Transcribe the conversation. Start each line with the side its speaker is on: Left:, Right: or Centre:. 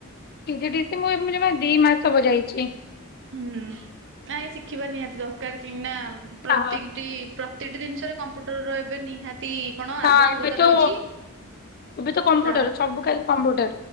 Left: ପି ଜି ଡ଼ି ସି ମୁଁ ଏବେ ଜମା ଦି ମାସ ହବ ଯାଇଛି।
Right: ହୁଁ ନାଇ ଶିଖିବା ନିହାତି ଦରକାର କାହିଁକି ନା ପ୍ରତି
Left: ହଁ
Right: ପ୍ରତିଟି ଜିନିଷରେ କମ୍ପ୍ୟୁଟର ରହିବେ ନିହାତି ତି କଣ
Left: ହଁ,
Right: ଆବଶ୍ୟକତା
Left: ଏବେ ତ
Right: ରହିଛି
Left: ଏବେ ତ କମ୍ପ୍ୟୁଟର
Right: ତା
Left: ସବୁ କାଲି କମ୍ପ୍ୟୁଟର।